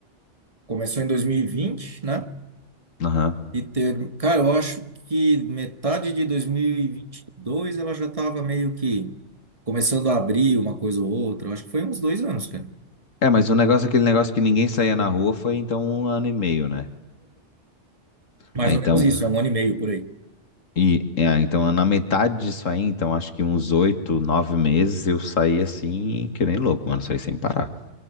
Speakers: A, on the right (about 30°); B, on the left (about 80°).
A: Começou em dois mil e vinte né?
B: Aham.
A: E ter, cara, eu acho que metade de dois mil e e vinte e dois ela já tava meio que começando a abrir uma coisa ou outra. Eu acho que foi uns dois anos, cara.
B: É, mas o negócio, aquele negócio que ninguém saía na rua foi então um ano e meio, né?
A: Mais
B: Ah, então,
A: ou menos isso, é um ano e meio por aí.
B: e, é, então na metade disso aí, então acho que uns oito, nove meses eu saí assim, que nem louco, mano, saí sem parar,